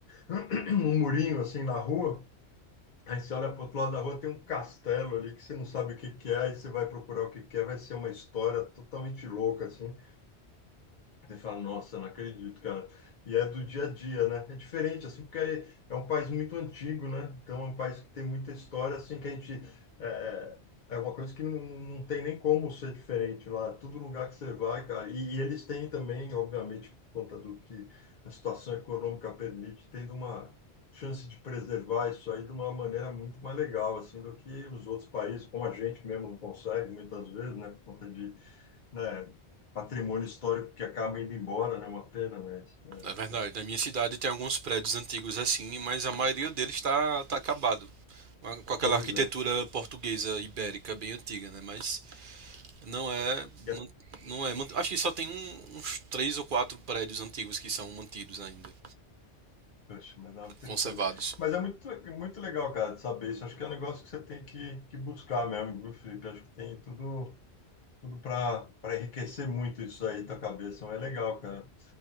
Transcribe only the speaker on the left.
<clears throat> num murinho assim na rua. Aí você olha para outro lado da rua, tem um castelo ali que você não sabe o que que é, aí você vai procurar o que que é, vai ser uma história totalmente louca, assim. Você fala, nossa, não acredito, cara. E é do dia a dia, né? É diferente, assim, porque é é um país muito antigo, né? Então é um país que tem muita história, assim, que a gente. É, é é uma coisa que não, não tem nem como ser diferente lá. Todo lugar que você vai, cara. E, e eles têm também, obviamente, por conta do que a situação econômica permite, tendo uma chance de preservar isso aí de uma maneira muito mais legal, assim, do que os outros países, como a gente mesmo não consegue, muitas vezes, né? Por conta de é, patrimônio histórico que acaba indo embora, né? Uma pena, mas
é, é
coisa.
É,
É,
poxa, mas dá uma tristeza.
Mas é muito, muito legal, cara, de saber isso. Acho que é um negócio que você tem que, que buscar mesmo, viu, Felipe? Acho que tem tudo, tudo para para enriquecer muito isso aí, tua cabeça. Então, É legal, cara.